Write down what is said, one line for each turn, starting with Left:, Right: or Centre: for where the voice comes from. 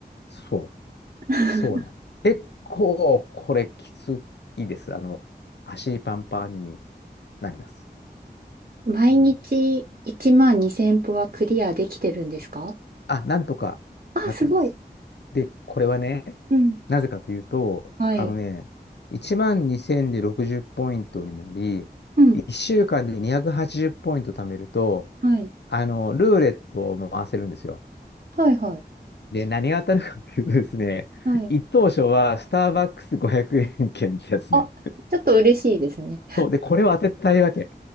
Left: そう、
Right: <laughs>
Left: そうなんです。結構これきついです。あの、足パンパンになります。
Right: 毎日1万2千歩はクリアできてるんですか
Left: うん。あ、なんとかなってます。
Right: あ、すごい。
Left: で、これはね、
Right: うん。
Left: なぜかというと、
Right: はい。
Left: あのね、1万2000で60ポイントになり、
Right: うん。
Left: 1週間で280ポイント貯めると、
Right: はい。
Left: あの、ルーレットを回せるんですよ。
Right: はいはい。
Left: で、何が当たるかっていうとですね、
Right: はい。
Left: 一等賞はスターバックス500円券ってやつね。
Right: あ、ちょっと嬉しいですね。
Left: そう、で、これを当てたいわけ。